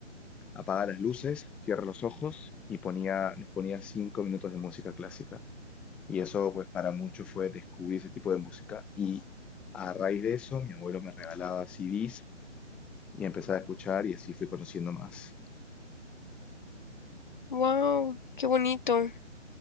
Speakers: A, in the centre; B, on the left.
A: apaga las luces, cierra los ojos y ponía, nos ponía cinco minutos de música clásica. Y eso, pues, para muchos fue descubrir ese tipo de música. Y a raíz de eso, mi abuelo me regalaba CDs y empezaba a escuchar y así fui conociendo más.
B: wow, qué bonito.